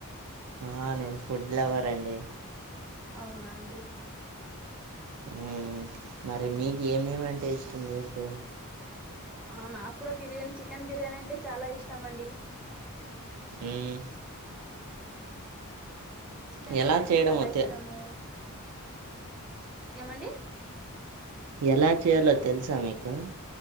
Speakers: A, on the right; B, in the centre.
A: ఆ నేను ఫుడ్ లవర్ అండి
B: అవునా అండి
A: ఉమ్ మరి మీకు ఏమేమి అంటే ఇష్టం మీకు
B: ఆ నాకు కూడా బిర్యానీ చికెన్ బిర్యానీ అంటే చాలా ఇష్టం అండి
A: ఆమ్
B: చికెన్
A: ఎలా
B: బిర్యానీ
A: చేయడమో
B: చాలా
A: తె
B: ఇష్టము ఏమండి
A: ఎలా చేయాలో తెలుసా మీకు